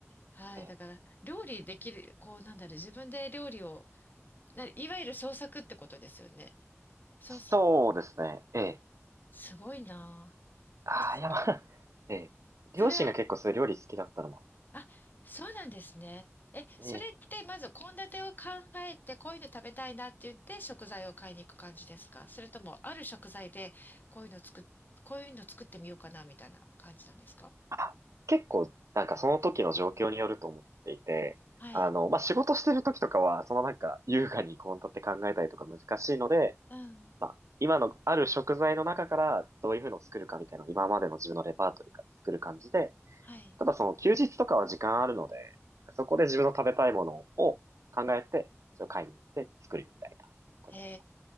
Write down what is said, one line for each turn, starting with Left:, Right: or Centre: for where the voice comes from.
Left: はい、
Right: ええ。
Left: だから、料理できる、こう、なんだろう、自分で料理を、ないわゆる創作ってことですよね。そう、す
Right: そうですね。ええ。
Left: すごいな
Right: ああ、
Left: ぁ。
Right: いや、まあ、
Left: え
Right: ええ。両親が結構そういう料理好きだったのもあっ
Left: それは、あ、そうなんですね。え、
Right: て、
Left: それってまず献立を考えて、
Right: ええ。
Left: こういうの食べたいなって言って食材を買いに行く感じですかそれとも、ある食材でこういうの作っ、こういうの作ってみようかなみたいな感じなんですか
Right: あ、結構、なんかその時の状況によると思っていて、
Left: はい。
Right: あの、まあ、仕事してる時とかは、そのなんか、優雅に献立って考えたりとか難しいので、
Left: うん。
Right: まあ、今のある食材の中からどういうふうのを作るかみたいな、今までの自分のレパートリーから作る感じで、
Left: はい。
Right: ただその休日とかは時間あるので、なんかそこで自分の食べたいものを考えて、それを買いに行って作るみたいなことやってます。
Left: へ